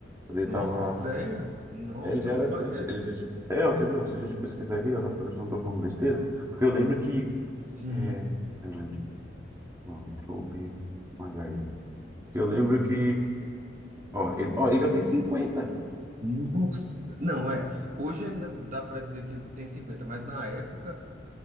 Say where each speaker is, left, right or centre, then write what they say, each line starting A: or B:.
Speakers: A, on the right (about 15°); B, on the right (about 40°).
A: Quando Ele
B: Nossa,
A: tava.
B: sério? Nossa,
A: é, Ele já
B: não
A: era.
B: parece.
A: Ele já, ele já tinha- é, ó, quer ver? ó, Se a gente pesquisar aqui, ó, por isso não tô falando besteira. Porque eu lembro que.
B: Sim.
A: É, peraí, ó, Tobey Maguire. Eu lembro que. Ó, ele, ó, ele já tem 50.
B: Nossa. Não, é. Hoje ainda dá para dizer que tem cinquenta mas na época,